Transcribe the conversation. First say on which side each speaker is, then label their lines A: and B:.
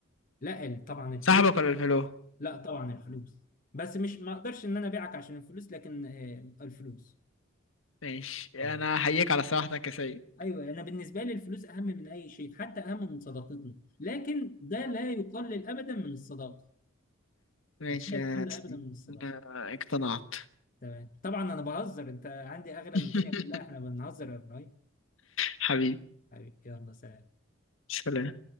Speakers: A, on the left; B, on the left.
A: لا ال- طبعا الفلوس
B: صاحبك ولا الفلو
A: لا طبعا الفلوس بس مش ما اقدرش ان انا ابيعك عشان الفلوس لكن آه، الفلوس
B: ماشي
A: تمام.
B: انا احييك على صراحتك يا سيد
A: ايوه انا بالنسبه لي الفلوس اهم من اي شيء حتى اهم من صداقتنا لكن ده لا يقلل ابدا من الصداقه
B: ماشي
A: ده لا يقلل
B: يا
A: ابدا
B: سيد
A: من الصداقه
B: انا اقتنعت
A: تمام طبعا انا بهزر انت عندي اغلب
B: <laughs>
A: الدنيا كلها احنا بنهزر يا ابراهيم
B: حبيبي
A: حبيبي يلا سلام
B: سلام